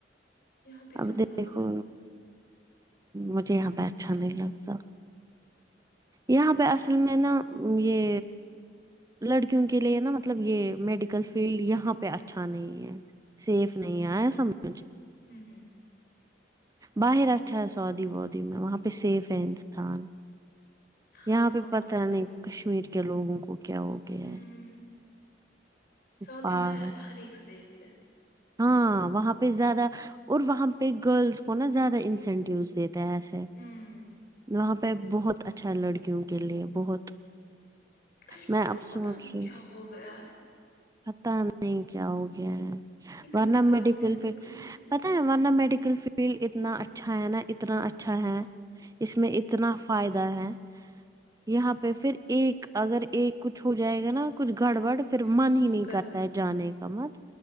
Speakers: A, on the left; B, on the right.
A: یہاں پہ
B: اب
A: کیوں نہیں
B: دیکھو
A: کرو گے
B: مجھے یہاں پہ اچھا نہیں لگتا یہاں پہ اصل میں نا یہ لڑکیوں کے لیے نا مطلب یہ میڈیکل فیلڈ یہاں پہ اچھا نہیں ہے سیف نہیں ہے آیا سمجھ
A: ہوں ہوں
B: باہر آ اچھا سعودی وعودی میں وہاں پہ سیف ہے انسان
A: ہاں
B: یہاں
A: سعودی
B: پہ پتا
A: میں
B: نہیں کشمیر کے لوگوں کو کیا ہو گیا
A: ہوں
B: ہے
A: سعودی
B: پاگل
A: میں ہر ایک سیف ہے
B: ہاں وہاں پہ زیادہ اور وہاں پہ گرلس کو نا زیادہ انسینٹیو دے تے ہیں ایسے
A: ہوں
B: وہاں پہ بہت اچھا لڑکیوں کے لیے بہت
A: کشمیر
B: میں اب
A: کو
B: سونچ
A: پتا نہیں
B: رہی
A: کیا
B: تھی
A: ہو گیا ہے
B: پتا نہیں نہیں کیا ہو گیا ہے
A: اتنی
B: ورنہ
A: خرابی
B: میڈیکل
A: ہو
B: فیلڈ
A: گئی
B: پتا ہے ورنہ میڈیکل فیلڈ اتنا اچھا ہے نا اتنا اچھا ہے اس میں اتنا فائدہ ہے یہاں پہ پھر ایک اگر ایک کچھ ہو جائے گا نا کچھ گڑ بڑ پھر
A: ہاں
B: من ہی نہیں
A: گر
B: کرتا ہے جانے کا مت